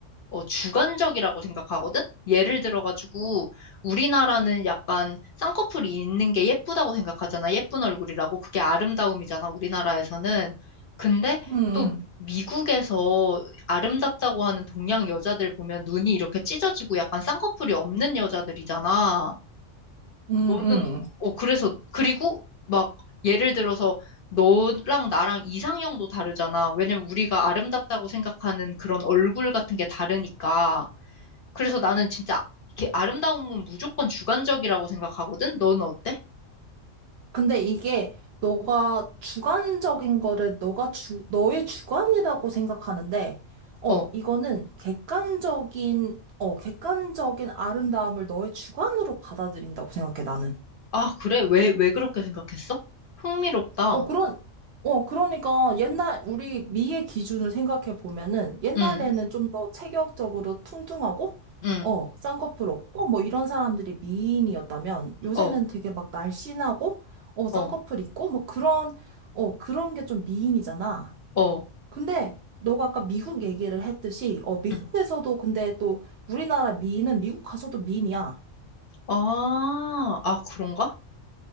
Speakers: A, on the left; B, on the right.
A: 어, 주관적이라고 생각하거든? 예를 들어가지고, 우리나라는 약간 쌍꺼풀이 있는 게 예쁘다고 생각하잖아. 예쁜 얼굴이라고. 그게 아름다움이잖아, 우리나라에서는. 근데
B: 응,
A: 또 미국에서 아름답다고 하는 동양 여자들 보면 눈이 이렇게 찢어지고 약간 쌍꺼풀이 없는 여자들이잖아.
B: 응,
A: 너는,
B: 응, 응.
A: 어, 그래서, 그리고 막 예를 들어서 너랑 나랑 이상형도 다르잖아. 왜냐면 우리가 아름답다고 생각하는 그런 얼굴 같은 게 다르니까. 그래서 나는 진짜 이렇게 아름다움은 무조건 주관적이라고 생각하거든? 너는 어때?
B: 근데 이게 너가 주관적인 거를 너가 주, 너의 주관이라고 생각하는데, 어,
A: 어.
B: 이거는 객관적인, 어, 객관적인 아름다움을 너의 주관으로 받아들인다고 생각해, 나는.
A: 아, 그래? 왜, 왜 그렇게 생각했어? 흥미롭다.
B: 어, 그런, 어, 그러니까 옛날, 우리 미의 기준을 생각해 보면은 옛날에는
A: 응,
B: 좀 더 체격적으로 퉁퉁하고,
A: 응,
B: 어, 쌍꺼풀 없고, 뭐 이런 사람들이 미인이었다면 요새는
A: 어,
B: 되게 막 날씬하고, 어, 쌍꺼풀
A: 어,
B: 있고, 뭐 그런, 어, 그런 게 좀 미인이잖아.
A: 어,
B: 근데 너가 아까 미국 얘기를 했듯이, 어, 미국에서도
A: 응.
B: 근데 또 우리나라 미인은 미국 가서도 미인이야.
A: 아, 아, 그런가?